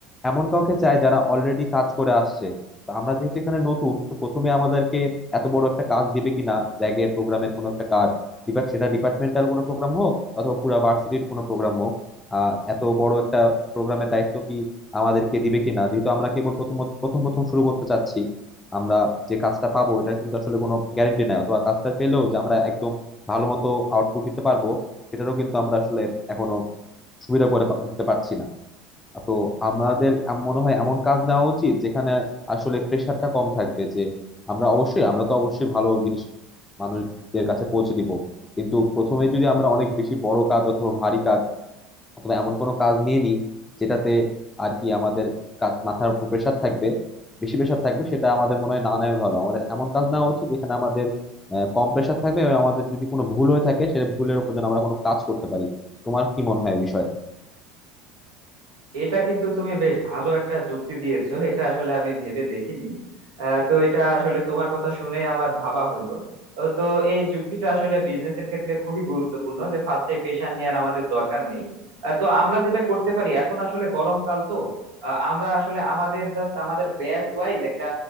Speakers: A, on the left (about 15°); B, on the right (about 75°).
A: এমন কাউকে চায় যারা অলরেডি কাজ করে আসছে তো আমরা যেহেতু এখানে নতুন তো প্রথমে আমাদেরকে এত বড় একটা কাজ দিবে কিনা র্যাগের প্রোগ্রামের কোনো একটা কাজ ডিপার্ট সেটা ডিপার্টমেন্টাল কোনো প্রোগ্রাম হোক অথবা পুরো ভার্সিটির কোনো প্রোগ্রাম হোক আহ এত বড় একটা প্রোগ্রামের দায়িত্ব কি আমাদেরকে দিবে কিনা যেহেতু আমরা কেবল প্রথম প্রথম প্রথম শুরু করতে চাচ্ছি আমরা যে কাজটা পাবো এটা কিন্তু আসলে কোনো গ্যারেন্টি নাই অথবা কাজটা পেলেও যে আমরা একদম ভালো মতো আউটপুট দিতে পারবো সেটারও কিন্তু আমরা আসলে এখনো সুবিধা করে পা- উঠতে পারছি না তো আমাদের আম- মনে হয় এমন কাজ নেওয়া উচিত যেখানে আসলে প্রেশারটা কম থাকবে যে আমরা অবশ্যই আমরা তো অবশ্যই ভালো জিনিস মানুষদের কাছে পৌঁছে দিব কিন্তু প্রথমে যদি আমরা অনেক বেশি বড় কাজ অথবা ভারী কাজ অথবা এমন কোনো কাজ নিয়ে নিই যেটাতে আর কি আমাদের কাজ- মাথার উপর প্রেশার থাকবে বেশি প্রেশার থাকবে সেটা আমাদের মনে হয় না নেওয়া ভালো আমাদের এমন কাজ নেওয়া উচিত যেখানে আমাদের আহ, কম প্রেশার থাকবে এবং আমাদের যদি কোনো ভুল হয়ে থাকে সেটা ভুলের উপর যেন আমরা কোনো কাজ করতে পারি তোমার কি মনে হয় এ বিষয়ে
B: এটা কিন্তু তুমি বেশ ভালো একটা যুক্তি দিয়েছো এটা আসলে আমি ভেবে দেখিনি আহ, তো এটা আসলে তোমার কথা শুনে আমার ভাবা হলো আহ, তো এই যুক্তিটা আসলে বিজনেসের ক্ষেত্রে খুবই গুরুত্বপূর্ণ যে ফার্স্টে পেশা নেওয়ার আমাদের দরকার নেই আহ, তো আমরা যেটা করতে পারি এখন আসলে গরমকাল তো আহ, আমরা আসলে আমাদের জাস্ট আমাদের ব্যাচ ওয়াইজ একটা